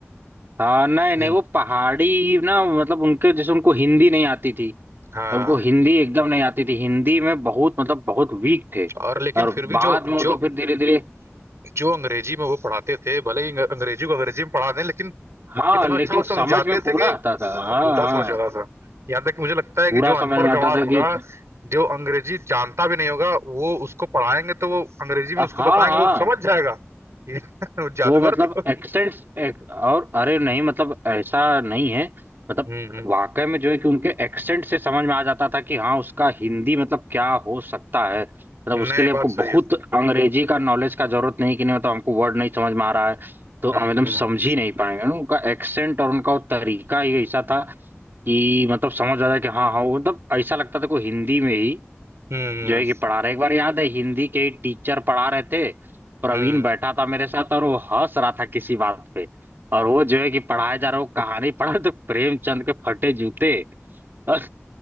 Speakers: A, on the right; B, on the right.
A: हाँ नहीं नहीं
B: हम्म
A: वो पहाड़ी ना मतलब उनके जैसे उनको हिंदी नहीं आती थी
B: हाँ
A: उनको हिंदी एकदम नहीं आती थी हिंदी में बहुत मतलब बहुत वीक थे
B: और लेकिन
A: और
B: फिर भी
A: बाद
B: जो
A: में वो
B: जो
A: तो फिर धीरे धीरे
B: जो अंग्रेजी में वो पढ़ाते थे भले ही अंग- अंग्रेजी को अंग्रेजी में पढ़ा दें लेकिन
A: हाँ
B: इतना
A: लेकिन
B: अच्छा वो
A: समझ
B: समझाते
A: में पूरा
B: थे कि
A: आता था हाँ
B: आपको उल्टा
A: हाँ
B: समझ आता था यहाँ तक कि मुझे लगता है कि
A: पूरा
B: जो अनपढ़
A: समझ में आता
B: गंवार
A: था
B: होगा
A: कि
B: जो अंग्रेजी जानता भी नहीं होगा वो उसको पढ़ाएंगे तो वो अंग्रेजी में
A: हाँ
B: उसको बताएंगे
A: हाँ
B: वो समझ जाएगा ये <laughs> वो जादूगर
A: वो मतलब
B: थे
A: एक्सेंट्स एक, और अरे नहीं मतलब ऐसा नहीं है मतलब
B: हम्म हम्म।
A: वाकई में जो है कि उनके एक्सेंट से समझ में आ जाता था कि हाँ उसका हिंदी मतलब क्या हो सकता है मतलब
B: नहीं
A: उसके लिए
B: बात
A: हमको
B: सही
A: बहुत
B: है
A: अंग्रेजी का नॉलेज का जरूरत नहीं कि नहीं मतलब हमको वर्ड नहीं समझ में आ रहा है तो
B: हम्म
A: हम एकदम समझ
B: हम्म
A: ही नहीं पाएंगे ना, उनका एक्सेंट और उनका वो तरीका ही ऐसा था कि मतलब समझ आ जाए कि हाँ हाँ वो मतलब ऐसा लगता था कोई हिंदी में ही
B: हम्म
A: जो है कि पढ़ा रहे एक बार याद है हिंदी के ही टीचर पढ़ा रहे थे प्रवीण
B: हम्म।
A: बैठा था मेरे साथ और वो हंस रहा था किसी बात पे और वो जो है कि पढ़ाए जा रहा वो कहानी <laughs> पढ़ा तो प्रेमचंद के फटे जूते और